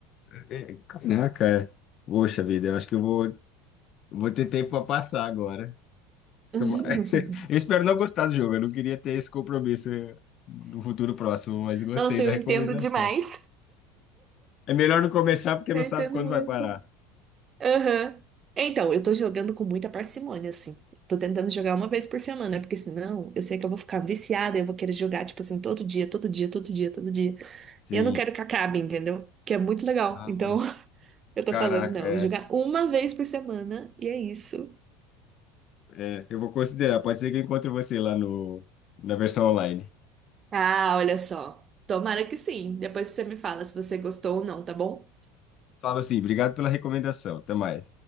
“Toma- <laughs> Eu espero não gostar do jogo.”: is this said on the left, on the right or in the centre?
Left